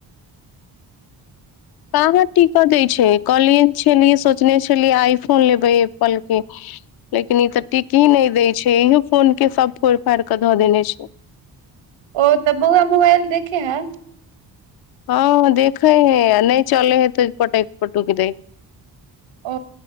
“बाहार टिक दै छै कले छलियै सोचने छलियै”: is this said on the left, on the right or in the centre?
Left